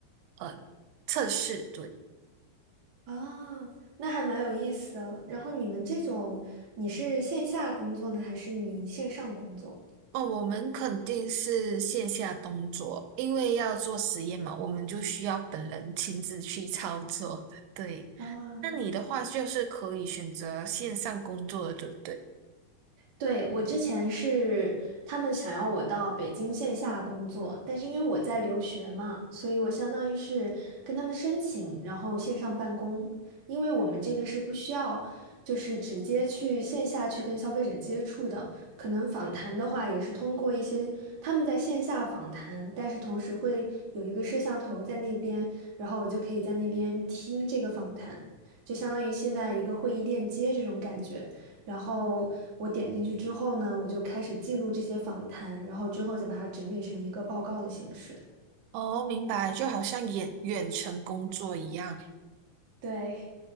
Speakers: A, on the right (about 85°); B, on the right (about 45°).
A: 呃测试。对。
B: 啊，那还蛮有意思的。然后你们这种，你是线下工作呢，还是你线上工作？
A: 哦，我们肯定是线下工作，因为要做实验嘛，我们就需要本人亲自去操作。<laughs> 对，
B: 啊，
A: 那你的话就是可以选择线上工作的，对不对？
B: 对，我之前是他们想要我到北京线下工作，但是因为我在留学嘛，所以我相当于是跟他们申请，然后线上办公。因为我们这个是不需要，就是直接去线下去跟消费者接触的，可能访谈的话也是通过一些他们在线下访谈，但是同时会有一个摄像头在那边，然后我就可以在那边听这个访谈，就相当于现在一个会议链接这种感觉。然后我点进去之后呢，我就开始记录这些访谈，然后之后再把它整理成一个报告的形式。
A: 哦，明白，就好像远远程工作一样。
B: 对，